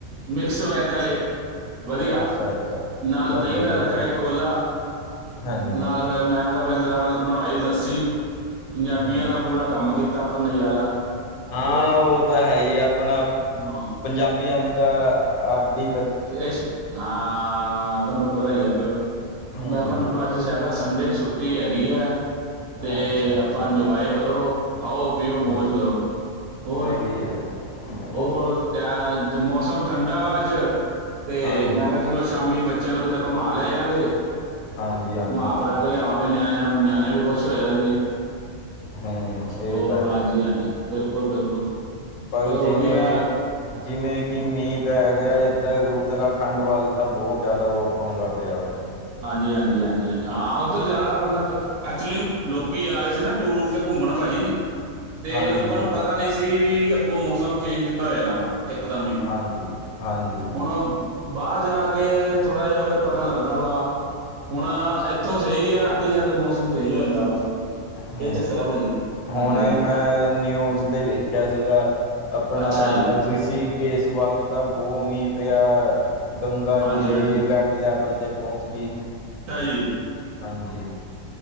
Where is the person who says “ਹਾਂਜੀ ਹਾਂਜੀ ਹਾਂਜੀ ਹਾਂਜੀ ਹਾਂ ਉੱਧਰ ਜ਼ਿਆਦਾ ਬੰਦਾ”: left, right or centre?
Right